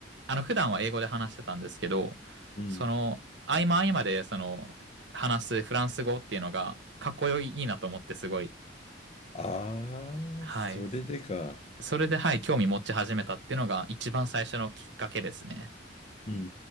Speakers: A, on the right; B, on the left.
A: あの、普段は英語で話してたんですけど、
B: うん。
A: その、合間合間で、その、話すフランス語っていうのが、かっこよいいいなと思って、すごい。
B: ああ、
A: はい。
B: それでか。
A: それで、はい、興味持ち始めたっていうのが、一番最初のきっかけですね。
B: うんうんう